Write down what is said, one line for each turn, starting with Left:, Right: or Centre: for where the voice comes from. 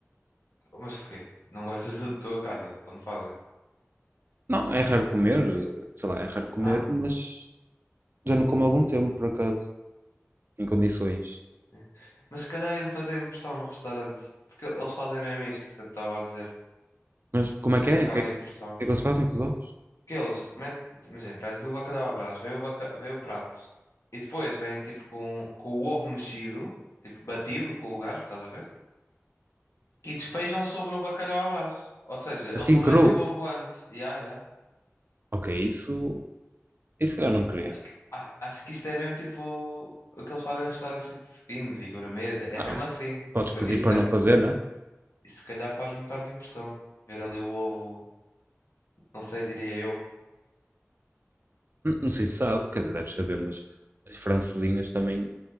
Left: Mas porquê? Não gostas da tua casa quando fazem?
Right: Não, é raro comer. Sei lá, é raro comer,
Left: Ah,
Right: mas já não como há algum tempo, por acaso. Em condições.
Left: é. mas se calhar ia-me fazer impressão no restaurante. Porque eles fazem mesmo isto que eu te estava a dizer.
Right: Mas como
Left: Fazia
Right: é que é?
Left: um bocado
Right: O que é que,
Left: de impressão.
Right: o que é que eles fazem com os ovos?
Left: Porque eles metem, imagina, pedes o bacalhau à Brás, vem o, baca, vem o prato. E depois vêm tipo com, com o ovo mexido, tipo batido com o garfo, estás a ver? E despejam sobre o bacalhau à Brás. Ou seja, eles
Right: Assim,
Left: não
Right: cru.
Left: metem o ovo antes. Ya, ya.
Right: Ok, isso. Isso se calhar não queria.
Left: Acho que, a- acho que isto é mesmo tipo o que eles fazem em restaurantes tipo, finos e gourmets. É mesmo
Right: Ah,
Left: assim.
Right: podes
Left: Tipo,
Right: pedir
Left: isto,
Right: para
Left: é,
Right: não fazer, não é?
Left: isto se calhar faz um bocado de impressão. Ver ali o ovo, não sei, diria eu.
Right: N- Não sei se sabe, quer dizer, deves saber, mas as francesinhas também